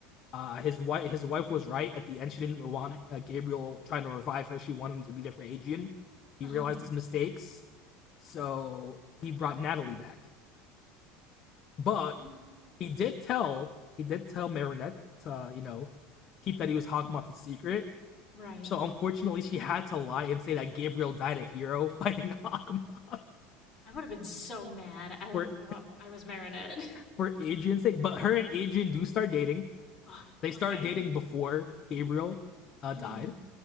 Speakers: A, on the left (about 35°); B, on the left (about 15°).
A: Uh, his wife, his wife was right. At the end, she didn't want uh, Gabriel trying to revive her. She wanted him to be there for Adrian. He
B: Uh
A: realized
B: huh.
A: his mistakes, so he brought Natalie back. But
B: Oh my
A: he did
B: gosh.
A: tell he did tell Marinette to you know keep that he was Hawkmoth a secret.
B: Right.
A: So unfortunately, she had to lie and say that Gabriel died a hero <laughs> fighting Hawkmoth
B: I would have been so mad. I,
A: for
B: oh, I was marinated. <laughs>
A: for Adrian's sake. But her and Adrian do start dating.
B: oh,
A: They started
B: okay.
A: dating before Gabriel uh,
B: hmm
A: died.